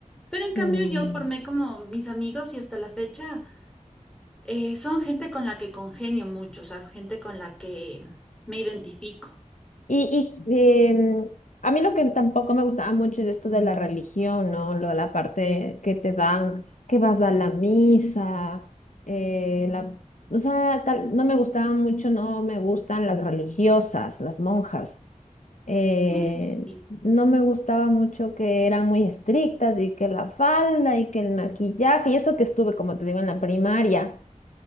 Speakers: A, in the centre; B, on the left.
A: Pero en cambio
B: Mm.
A: yo formé como mis amigos y hasta la fecha eh, son gente con la que congenio mucho, o sea, gente con la que me identifico.
B: Y, y em, a mí lo que tampoco me gustaba mucho es esto de la religión, ¿no? Lo de la parte que te dan, que vas a la misa, eh, la, o sea, tal, no me gustaban mucho, no me gustan las religiosas, las monjas. Eh,
A: Eso sí. sí.
B: no me gustaba mucho que eran muy estrictas y que la falda y que el maquillaje, y eso que estuve, como te digo, en la primaria.